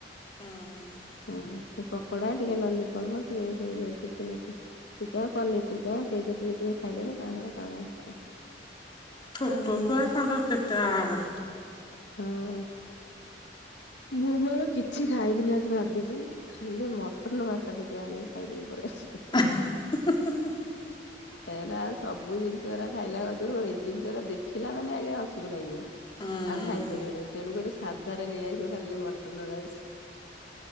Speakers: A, on the left; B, on the left.
A: ହଁ।
B: ହଁ ସେ ପକୋଡା ଟିକେ ଲଲିପପ ଟିକେ ସେଇ ଯୋଉ ଚିକେନ ପି ଟୀକା ପନିର ଟୀକା ସେଇଥିବୁ ଟିକେ ଟିକେ ଖାଇଦେବେ ତାଙ୍କର କାମ ଖତମ।
A: ଛୋଟଛୁଆ
B: ହଁ
A: ତାଙ୍କ କେତେ ଆହାର?
B: ହଁ। ମୁଁ ମୋର କିଛି ଖାଇବିନି ଆଜି ଭାବିଛି। ଖାଲି ମଟନ ଭାତ ଟିକେ ଆଣିକି ଖାଇଦେଇକି ପଳେ ଆ
A: ଆ ହୁଁ ହିଁ
B: ଏରା ସବୁ ଜିନିଷା ଖାଇଲା କତୁରୁ ଏଇ ଜିନିଷଟା ଦେଖିଲା ମାନେ ଆଜ୍ଞା ଅସୁଖୁ ଲାଗିବ।
A: ହୁଁ
B: ଆଉ ଖାଇପାରିବନି ତେଣୁ କରି ସାଧାରେ ନେଇ ଆସିବ ଖାଲି ମଟନ ରାଇସ।